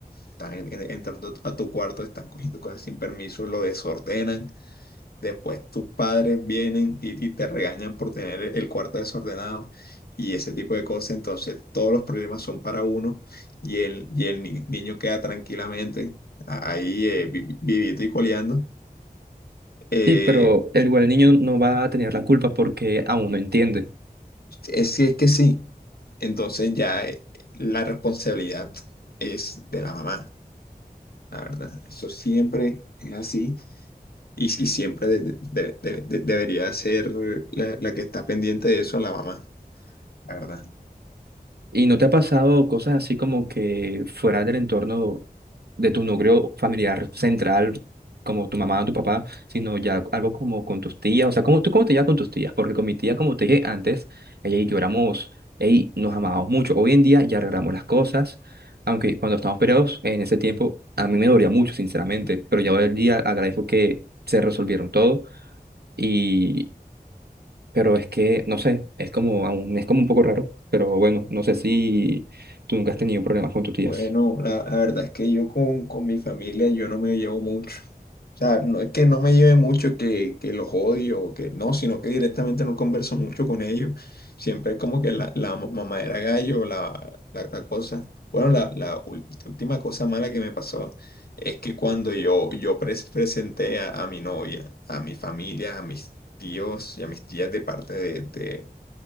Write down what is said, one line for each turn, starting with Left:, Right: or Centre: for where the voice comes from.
Left: están en- en- entrando a tu cuarto, están cogiendo cosas sin permiso, lo desordenan Después tus padres vienen y, y te regañan por tener el el cuarto desordenado y ese tipo de cosas. Entonces todos los problemas son para uno y el, y el ni- niño queda tranquilamente ahí eh, vi- vi- vivito y coleando. Eh,
Right: Sí, pero el, igual el niño no va a tener la culpa porque aún no entiende.
Left: es, si es que sí. Entonces ya eh, la responsabilidad es de la mamá, la verdad. Eso siempre es así y, y siempre de- de- de- de- de- debería ser la, la que está pendiente de eso, la mamá, la verdad.
Right: ¿Y no te ha pasado cosas así como que fuera del entorno de tu núcleo familiar central, como tu mamá o tu papá, sino ya algo como con tus tías? O sea, ¿cómo, tú cómo te llevas con tus tías? Porque con mi tía, como te dije antes, ella y yo éramos, ey, nos amábamos mucho. Hoy en día ya arreglamos las cosas, aunque cuando estamos peleados en ese tiempo a mí me dolía mucho, sinceramente, pero ya hoy en día agradezco que se resolvieron todo. Y Pero es que, no sé, es como, aún- es como un poco raro, pero bueno, no sé si tú nunca has tenido problemas con tus tías.
Left: Bueno, la, la verdad es que yo con, con mi familia yo no me llevo mucho. O sea, no es que no me lleve mucho, que, que los odio, o que no, sino que directamente no converso mucho con ellos. Siempre es como que la, la ma- mamadera gallo, la, la, la cosa. Bueno, la, la ul- última cosa mala que me pasó es que cuando yo, yo pres- presenté a, a mi novia, a mi familia, a mis tíos y a mis tías de parte de,